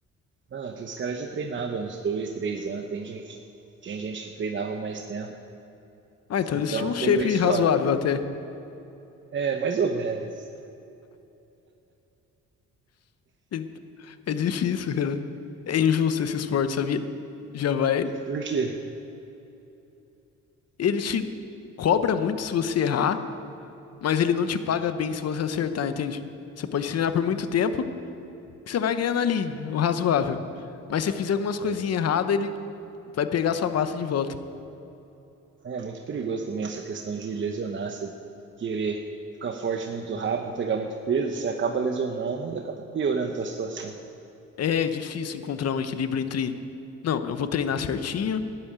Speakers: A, on the right (about 40°); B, on the left (about 55°).
A: Não, aqueles caras já treinavam uns dois, três anos. Tem gente, tinha gente que treinava mais tempo.
B: Ah, então
A: Então
B: eles tinham um
A: foi
B: shape
A: bem suave.
B: razoável até.
A: É, mais ou menos.
B: Então, É difícil, cara. É injusto esse esporte, sabia? Já vai.
A: Por quê?
B: Ele te cobra muito se você errar, mas ele não te paga bem se você acertar, entende? Você pode treinar por muito tempo, que você vai ganhando ali, o razoável. Mas se você fizer algumas coisinhas
A: É,
B: erradas, ele vai pegar sua massa de volta.
A: É muito perigoso também essa questão de lesionar, você querer ficar forte muito rápido, pegar muito peso, você acaba lesionando e acaba piorando a tua situação.
B: É difícil encontrar um equilíbrio entre, não, eu vou treinar certinho,